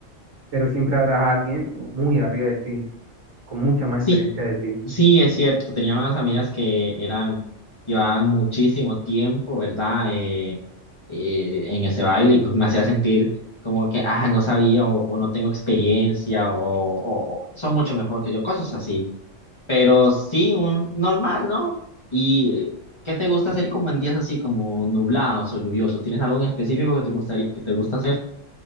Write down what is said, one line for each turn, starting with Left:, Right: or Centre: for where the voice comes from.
Right: pero siempre habrá alguien muy arriba de ti, con mucha más
Left: Sí,
Right: experiencia de ti.
Left: sí, es cierto. Tenía unas amigas que eran, llevaban muchísimo tiempo, ¿verdad? Eh, eh, en ese baile y pues me hacía sentir como que, ah, no sabía o, o no tengo experiencia o, o o son mucho mejor que yo, cosas así. Pero sí, un normal, ¿no? ¿Y qué te gusta hacer como en días así, como nublados o lluviosos? ¿Tienes algo en específico que te gustaría, que te gusta hacer?